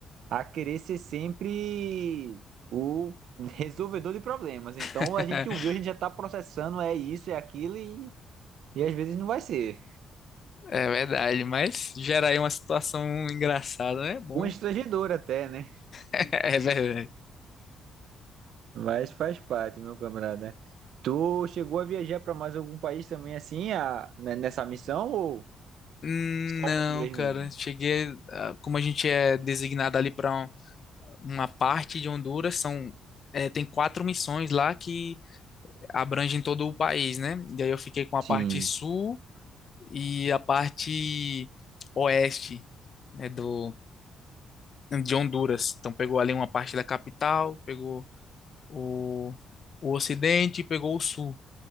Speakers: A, on the right; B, on the left.
A: a querer ser sempre o <laughs> resolvedor de problemas. Então
B: <laughs>
A: a gente ouviu, a gente já está processando, é isso, é aquilo, e, e às vezes não vai ser.
B: É verdade, mas gera aí uma situação engraçada, né? É bom.
A: Um estrangedor até, né?
B: <laughs> É verdade.
A: Mas faz parte, meu camarada. Tu chegou a viajar para mais algum país também assim, a, né, nessa missão, ou
B: Hum,
A: só
B: Não,
A: Honduras
B: cara,
A: mesmo?
B: cheguei, ah, como a gente é designado ali para uma parte de Honduras, são, é, tem quatro missões lá que abrangem todo o país, né? E aí eu fiquei com a
A: Sim,
B: parte sul e a parte oeste, né, do, de Honduras. Então pegou ali uma parte da capital, pegou o, o ocidente e pegou o sul.